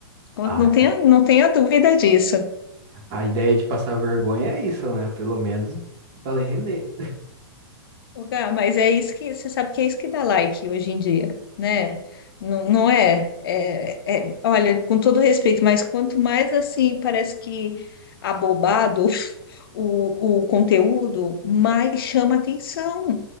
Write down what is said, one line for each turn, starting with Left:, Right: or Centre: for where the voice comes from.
Left: Com-
Right: A,
Left: Não tenha,
Right: a,
Left: não tenha dúvida disso.
Right: a ideia de passar vergonha é isso, né? Pelo menos vai render.
Left: Ô, Gá, mas é isso que você sabe que é isso que dá like hoje em dia, né? Não, não é, é, é- Olha, com todo respeito, mas quanto mais assim parece que abobado <laughs> o, o conteúdo, mais chama atenção.